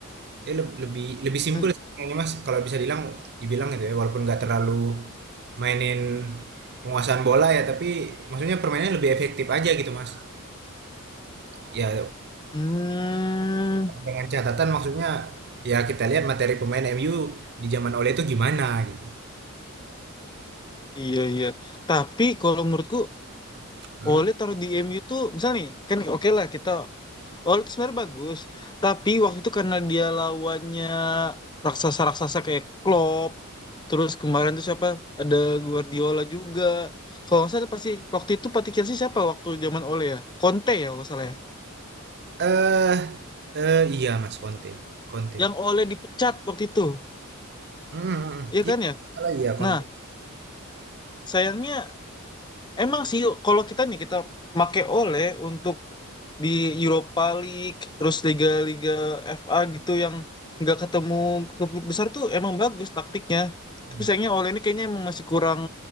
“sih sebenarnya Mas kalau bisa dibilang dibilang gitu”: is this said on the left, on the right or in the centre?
Right